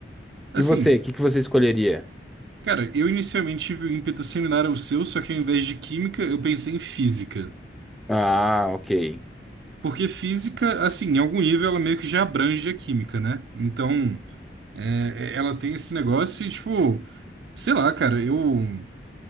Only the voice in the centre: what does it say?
E você, o que que você escolheria?
Ah, ok.